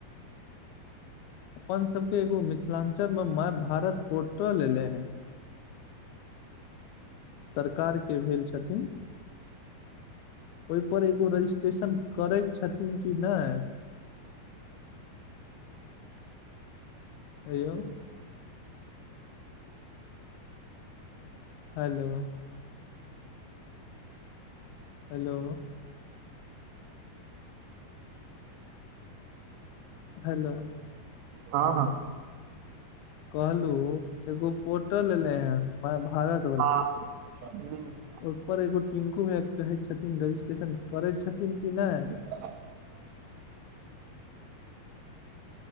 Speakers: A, on the left; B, on the right.
A: अपन सबके एगो मिथिलांचल मे माय भारत पोर्टल एले हे। सरकार के भेल छथिन। ओहि पर एगो रजिस्ट्रेशन करै छथिन कि नहि। हे यो। हेलो। हेलो। हेलो
B: हँ हँ।
A: कहलहु एगो पोर्टल एले हे मय भारत
B: हँ।
A: ओहिपर एगो टिंकू भैया कहै छथिन रजिस्ट्रेशन करै छथिन कि नहि।
B: <inaudible>